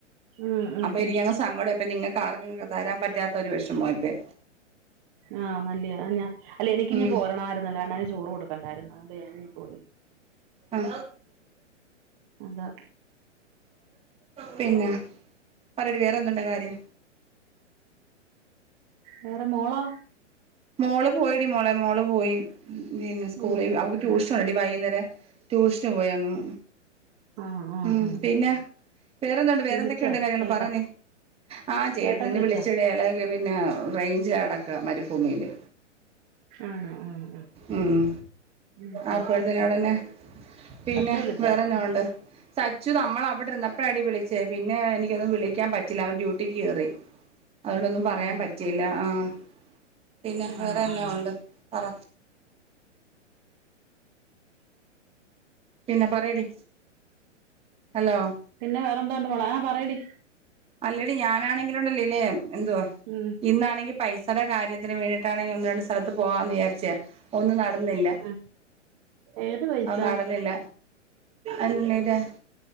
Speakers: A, on the right (about 35°); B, on the right (about 15°).
A: ഉം ഉം
B: അപ്പ എനിക്
A: ഉം
B: സങ്കടം അങ്ങോടെ ഇപ്പ നിങ്ങക്ക് ആർക്കും തരാൻ പറ്റാത്ത ഒരു വിഷമം ആയിപ്പോയി
A: ആഹ് നല്ലയാ അ ഞാ അല്ല എനിക്കിഞ്ഞി
B: ഉം
A: പോരണായിരുന്നല്ലോ അണ്ണന് ചോറ് കൊടുക്കണ്ടായിരുന്നു അതേ ഞാന ഇങ്ങ് പോര്
B: ഉം
A: അതാ
B: പിന്നെ പറയടി വേറെന്തുണ്ട് കാര്യം
A: വേറെ മോളോ
B: മോള് പോയിടി മോളെ മോള് പോയി പിന്നെ സ്കൂളേ
A: ഉം
B: വി അവക്ക്
A: ഉം
B: ട്യൂഷനുണ്ടടി വൈകുന്നേരം ട്യൂഷന് പോയി അങ്ങ്
A: ആ ആ
B: ഉം
A: ആ
B: പിന്നെ വേറെന്തുണ്ട് വേറെന്തൊക്കെയുണ്ട്
A: വിളിച്ചാ
B: കാര്യങ്ങള്
A: ചേട്ടാ
B: പറ നീ ആഹ് ചേട്ടനിന്ന്
A: ചേട്ടൻ വിളിച്ചാ
B: വിളിച്ചോടി അയാള് ല്ലപിന്നെ റേഞ്ച് എടക്ക മരുഭൂമിയില്
A: ആണോ ആ ആ
B: ഉം
A: ഉം ശരി
B: അപ്പോഴത്തേന് അവിടെന്നെ പിന്നെ
A: അച്ചു വിളിച്ചാ
B: വേറെന്നാ ഉണ്ട് സച്ചു നമ്മള് അവിടെ ഇരുന്നപ്പഴാടി വിളിച്ചേ പിന്നെ എനിക്കൊന്നും വിളിക്കാൻ പറ്റില്ല അവൻ ഡ്യൂ ട്ടിക്ക് കേറി അതോണ്ടൊന്നും
A: ഉം
B: പറയാൻ പറ്റിയില്ല ആഹ് പിന്നെ വേറെ
A: ആണോ
B: എന്നാ
A: ആ
B: ഉണ്ട് പറ പിന്നെ പറയടി ഹലോ
A: പിന്നെ വേറെ എന്തോ ഉണ്ട് മോളേ ആഹ് പറയടി
B: അല്ലടി ഞാനാണെങ്കിലുണ്ടല്ലോലേ എന്തുവാ
A: ഉം
B: ഇന്നാണെങ്കിൽ പൈസടെ കാര്യത്തിന് വേണ്ടിട്ടാണെങ്കി ഒന്ന് രണ്ട് സ്ഥലത്ത് പോവാന്ന് വിചാരിച്ചയാ ഒന്നും നടന്നില്ല
A: ആ ഏത് പൈസ
B: അവ് നടന്നില്ല അന്നിലെ